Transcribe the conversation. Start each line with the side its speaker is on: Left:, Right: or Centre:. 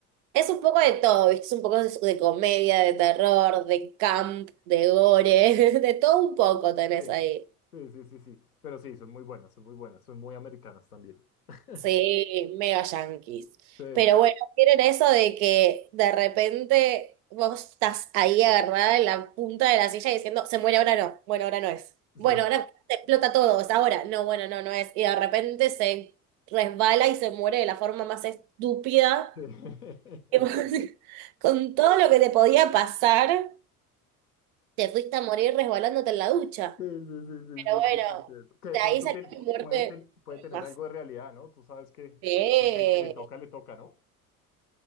Right: Es un poco de todo, ¿viste? Es un poco de, de comedia, de terror, de camp, de gore, <laughs> de todo un poco tenés
Left: Sí,
Right: ahí.
Left: sí, sí, sí, sí. Pero sí, son muy buenas, son muy buenas, son muy americanas también. <laughs>
Right: Sí, mega yanquis.
Left: Sí,
Right: Pero bueno, tienen eso de que de repente vos estás ahí agarrada en la punta de la silla diciendo, se muere ahora no, bueno, ahora no es.
Left: sí,
Right: Bueno, ahora te explota todo, es ahora. No, bueno, no, no es. Y de repente se resbala y se muere de la forma más estúpida.
Left: sí. <laughs>
Right: que vos- <laughs> Con todo lo que te podía pasar, te fuiste a morir resbalándote en la ducha.
Left: Sí, sí, sí, sí,
Right: Pero
Left: sí,
Right: bueno,
Left: sí, te entiendo. Que de
Right: de
Left: pronto
Right: ahí salió
Left: tiene-
Right: mi
Left: pu-
Right: muerte
Left: puede, ten- puede tener
Right: más.
Left: algo de realidad, ¿no? Tú sabes que,
Right: Sí.
Left: que el que le toca, le toca, ¿no?